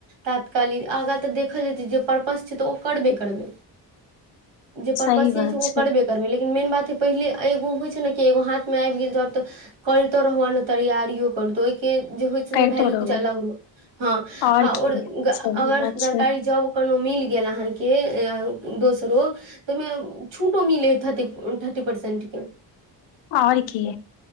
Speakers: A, on the right; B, on the left.
A: तात्काली आगाँ तऽ देखल जेतै जे पर्पस छै तऽ ओ करबे करबै जे पर्पस
B: सही
A: से
B: बात
A: छै ओ करबे करबै लेकिन मेन बात हय पहिले एगो होइ छै ने कि एगो हाथमे आब गेल जाॅब तऽ करितो रहु आ एने तैयारियो करु तो ओहिके जे होय <unintelligible>
B: करितो
A: भैल्यू
B: रहू
A: कुछ अलग रहै हँ
B: आओर की सही
A: अगर
B: बात
A: सरकारी
B: छै
A: जॉब कोनो मिल गेल अहाँके दोसरो तऽ ओहिमे छूटो मिलै हय थर्टी थर्टी परसेंट के
B: ओर की